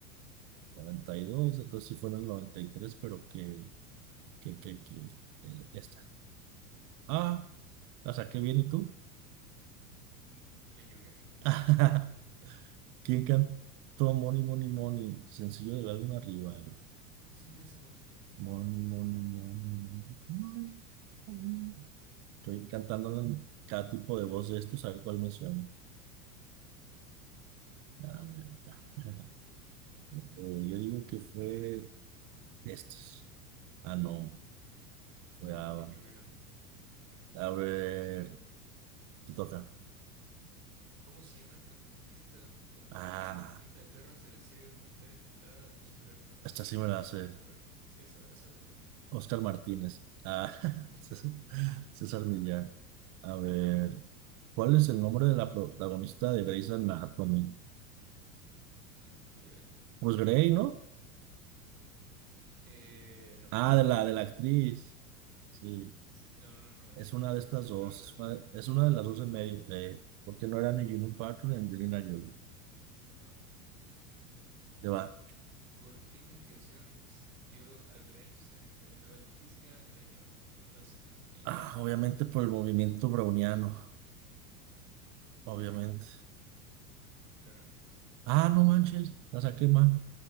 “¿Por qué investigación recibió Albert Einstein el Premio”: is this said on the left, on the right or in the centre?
Right